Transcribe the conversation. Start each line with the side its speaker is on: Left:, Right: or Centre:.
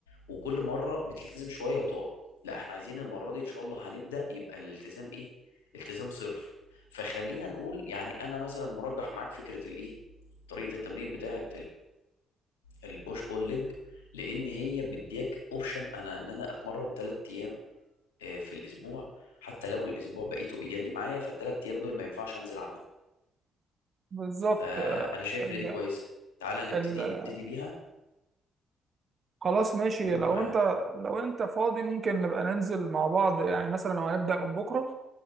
Left: وكل مره بتلتزم شويه وتقع لا احنا عايزين المره دي ان شاء الله هنبدا يبقى الالتزام ايه التزام صرف فخلينا نقول يعني انا مثلا مرجح معاك فكره الايه طريقه التمرين بتاعه البوش بول ليج لان هي بديك اوبشن انا ان انا اتمرن ثلاث ايام آه، في الاسبوع حتى لو الاسبوع بقيته بيجلي معايا فالثلاث ايام دول ما ينفعش انزل عنهم
Right: بالظبط
Left: فانا
Right: آه،
Left: شايف
Right: ال...
Left: ان دي كويسه تعالى نبتدي
Right: ال...
Left: نبتدي بيها
Right: خلاص ماشي
Left: قول
Right: لو
Left: معاك
Right: انت لو انت فاضي ممكن نبقى ننزل مع بعض يعني مثلا لو هنبدأ من بكرة